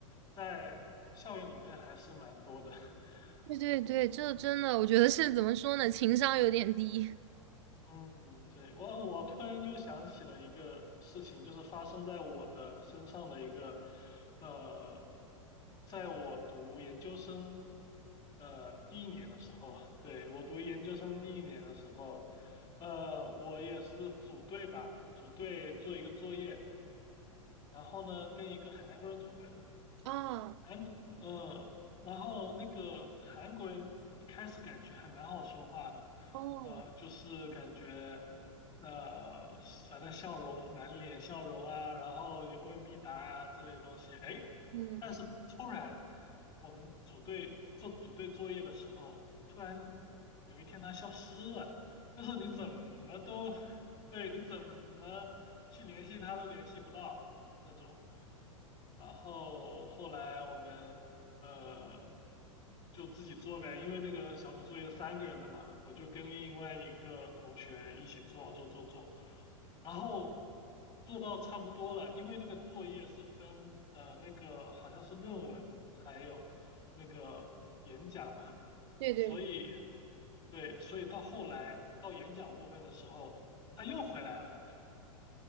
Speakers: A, on the left (about 35°); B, on the right (about 55°).
A: 在校园里面还是蛮多的。<laughs>
B: 对对，对，这真的，我觉得是怎么说呢，情商有点低
A: 嗯，对，我我突然又想起了一个事情，就是发生在我的身上的一个，呃，在我读研究生，呃，第一年的时候，对，我读研究生第一年的时候，呃，我也是组队吧，组队做一个作业，然后呢，跟一个韩国人组队了。
B: 啊，
A: 韩，呃，然后那个韩国人一开始感觉还蛮好说话的，
B: 哦，
A: 呃，就是感觉，呃，反正笑容满脸笑容啊，然后有问必答呀、之类的东西，哎，
B: 嗯，
A: 但是突然我们组队做组队作业的时候，突然有一天他消失了，就是你怎么都，<laughs> 对，你怎么去联系他都联系不到。那种。然后后来我们呃就自己做呗，因为那个小组作业三个人的嘛，我就跟另外一个同学一起做做做做，然后做到差不多了，因为那个作业是分呃那个好像是论文还有那个演讲嘛，
B: 对对对，
A: 所以对，所以到后来到演讲部分的时候，他又回来了。